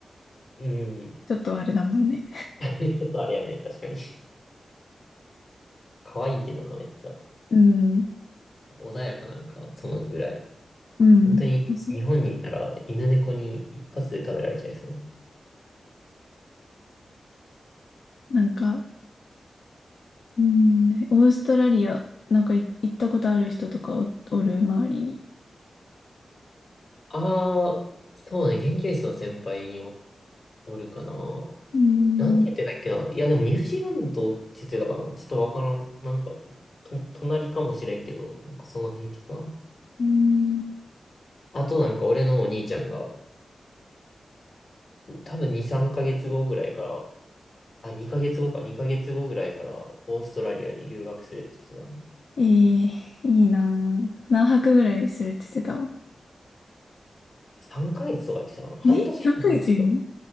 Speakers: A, on the left (about 60°); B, on the left (about 85°).
A: うん。
B: ちょっとあれだもんね。
A: <laughs> ちょっとあれやね、確かに。可愛いけどな、めっちゃ。
B: うん。
A: 穏やかなんか、そのぐらい。
B: うん。
A: 本当に、
B: そう
A: 日本にいたら、犬猫に一発で食べられちゃいそう。
B: なんか、うん、オーストラリア、なんかい行ったことある人とかお、おる周りに。
A: ああ、そうね、研究室の先輩にお、おるかな。
B: うん。
A: なんて言ってたっけな。いや、でもニュージーランドって言ってたかな。ちょっとわからん。なんか、と、隣かもしれんけど、なんかその辺言ってた。
B: うん
A: あとなんか俺のお兄ちゃんが、多分2、3ヶ月後ぐらいからあ、2ヶ月後か、2ヶ月後ぐらいからオーストラリアに留学するって言ってたな。
B: えーいいなぁ。何泊ぐらいするって言ってたわ。
A: 3ヶ月とか言ってたかな。半年どっちか。
B: え ?3 ヶ月いるの